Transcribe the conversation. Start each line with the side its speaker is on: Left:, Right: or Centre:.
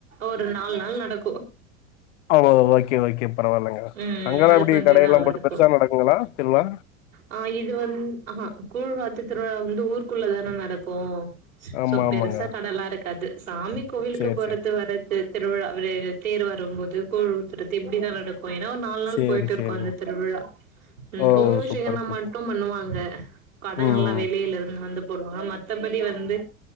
Right: ஒரு நாலு நாள் நடக்கு
Left: ஆமா ஓகே ஓகே பரவாயில்லங்க
Right: ம்
Left: அங்கெல்லா
Right: அது
Left: எப்டி
Right: கொஞ்சம்
Left: கடையெல்லா
Right: நல்லா
Left: போட்டு
Right: இருக்கும்
Left: பெருசா நடக்குங்களா திருவ்ழா
Right: ஆ இது வந்து ஆகா கூழ்வார்த்து திருவிழா வந்து ஊருக்குள்ள தான நடக்கு
Left: ஆமா
Right: சோ பெருசா
Left: ஆமாங்க
Right: கடலா இருக்காது சாமி கோவிலுக்கு
Left: சேரி
Right: போறது
Left: சேரி
Right: வர்றது திருவிழா தேர் வரும் போது கூழ் ஊத்துறது இப்டிதா நடக்கு ஏனா நால் நாள்
Left: சேரி
Right: போயிட்டு இருக்கு
Left: சேரிங்க
Right: அந்த திருவிழா ம்
Left: ஓ
Right: கும்பாபிஷேகோனா
Left: சூப்பர் சூப்பர்
Right: மட்டு பண்ணுவாங்க கடங்க
Left: ம்
Right: எல்லா வெளியில இருந்து வந்து போடுவாங்க மத் மத்தபடி வந்து